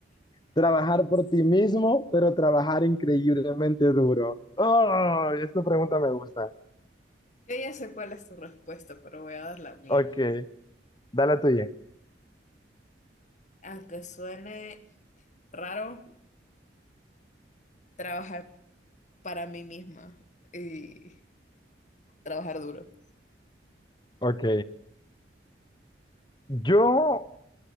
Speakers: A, on the left; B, on the left.
A: Trabajar por ti mismo, pero trabajar increíblemente duro. Ay, esta pregunta me gusta.
B: Yo ya sé cuál es tu respuesta, pero voy a dar la mía.
A: Ok, dale la tuya.
B: aunque suene raro, trabajar para mí misma y trabajar duro.
A: Ok, yo